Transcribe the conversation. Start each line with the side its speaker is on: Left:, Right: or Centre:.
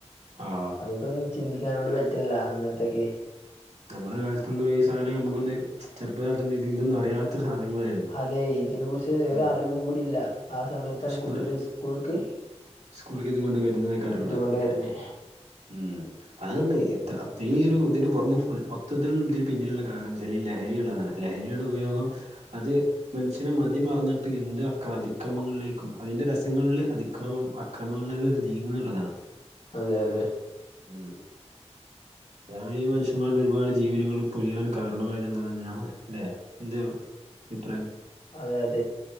Right: ആഹ്
Left: നമുക്കൊന്നും ചിന്തിക്കാൻ കൂടി പറ്റില്ല അങ്ങൻത്തെക്കെ.
Right: നമ്മളുടെ കാലത്തൊന്നും ഈ സാധനം നമുക്കൊന്ന് ചെറുപ്പാലത്ത് ഇതൊണ്ടെന്നു അറിയാത്തൊരു സാധനങ്ങളായിരുന്നു.
Left: അതെ ഇതിനെ കുറിച്ച് ഒരറിവും
Right: ഉം
Left: കൂടി ഇല്ല. ആ സമയത്താണ്
Right: പക്ഷെ
Left: കുട്ടിയള്
Right: ഇപ്പ
Left: ഇസ്കൂൾക്ക്
Right: സ്കൂളിലേക്ക് ഇതും കൊണ്ട് വരുന്നതൊക്കെ അറിയുമ്പോ
Left: ഇതുകൊണ്ട് വര്ണെ.
Right: ഉം. അതന്നെ എത്ര ഈ ഒരു ഇതിന്റെ പുറമേ ഫുൾ മൊത്തത്തിലുള്ള ഇതിന് പിന്നിലുള്ള കാരണം എന്നുവെച്ചാൽ ഈ ലഹരി ഉള്ളതാണ്. ലഹരിയുടെ ഉപയോഗം അത് മനുഷ്യൻ മതി മറന്നിട്ട് എന്ത് അക്ര അതിക്രമങ്ങളിലേക്കും അതിന്റെ രസങ്ങൾല് അതിക്രമം അക്രമങ്ങളിലേക്ക് നീങ്ങുന്നെള്ളതാണ്.
Left: അതെ അതെ.
Right: ഉം അതാണ് ഈ മനുഷ്യന്മാരുടെ ഒരുപാട് ജീവനുകൾ പൊലിയാൻ കാരണമായത് എന്നാണ് ഞാൻ മൻ ലെ ലെ ന്തേ അഭിപ്രായം
Left: അതെ അതെ